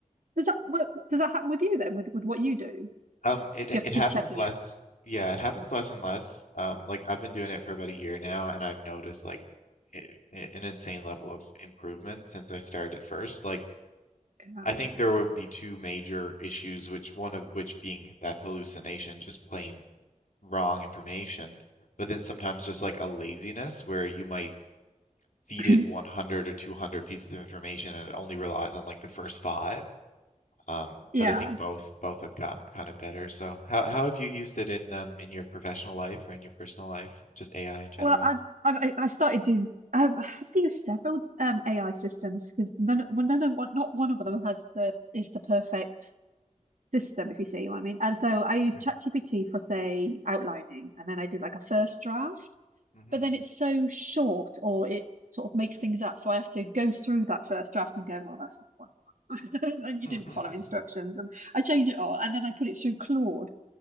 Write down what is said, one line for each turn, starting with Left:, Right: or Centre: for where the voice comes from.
Right: Does that what, does that happen with you then, with, with what you do?
Left: Um, it
Right: You have
Left: it
Right: to keep
Left: happens
Right: checking
Left: less,
Right: it.
Left: yeah, it happens less and less. Um, like I've been doing it for about a year now, and I've noticed like i- i- an insane level of improvement since I started first. Like,
Right: Oh,
Left: I think there would be two major issues, which one of which being that hallucination, just plain wrong information, but then sometimes just like a laziness where you might feed it
Right: yeah.
Left: 100
Right: <laughs>
Left: or 200 pieces of information and it only relies on like the first five. Um,
Right: Yeah.
Left: but I think both both have gotten kind of better. So how how have you used it in um in your professional life or in your personal life, just AI in general?
Right: Well, I I I started doing I've I have to use several um AI systems because none
Left: Mm,
Right: well, none of one not one of them has the is the perfect system if you see what I mean. And so I use
Left: Right.
Right: ChatGPT for say outlining and then I do like a first draft,
Left: Mm-hmm.
Right: but then it's so short or it sort of makes things up. So I have to go through that first draft and go, well, that's not what <laughs> and you
Left: <laughs>
Right: didn't follow instructions and I change it all and then I put it through Claude